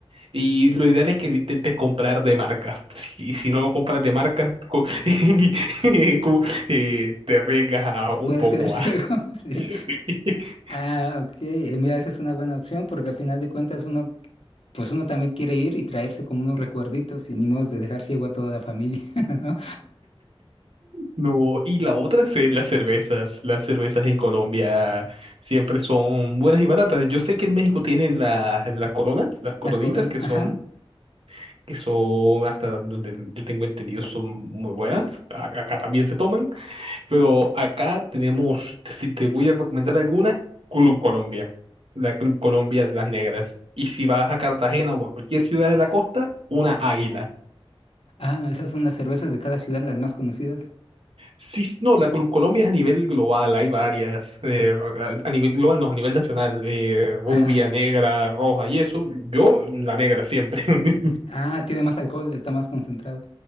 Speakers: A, on the right (about 65°); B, on the left (about 75°).
A: Y lo ideal es que lo intentes comprar de marca. y si no lo compras de marca, co- <laughs> co- eh, te arriesgas a un
B: Puedes
A: poco
B: quedar <laughs> ciego,
A: más.
B: sí.
A: <laughs>
B: Ah, ok. eh, Mira, esa es una buena opción porque al final de cuentas uno pues uno también quiere ir y traerse como unos recuerditos y ni modo de dejar ciego a toda la familia, <laughs> ¿no?
A: No, y la otra es las cervezas. Las cervezas en Colombia siempre son buenas y baratas. Yo sé que en México tienen las, las coronas, las coronitas
B: La Corona,
A: que
B: ajá.
A: son, que son, hasta donde yo tengo entendido, son muy buenas. A- Acá, también se toman, pero acá tenemos, si te voy a recomendar alguna, Club Colombia. La Club Colombia de las Negras. Y si vas a Cartagena o a cualquier ciudad de la costa, una águila.
B: Ah, esas son las cervezas de cada ciudad, las más conocidas.
A: Sí, no, la Col- Colombia es a nivel global, hay varias, eh, a a nivel global, no, a nivel nacional, eh, rubia,
B: Ajá.
A: negra, roja y eso, yo la negra siempre, <laughs>
B: Ah, tiene más alcohol, está más concentrado.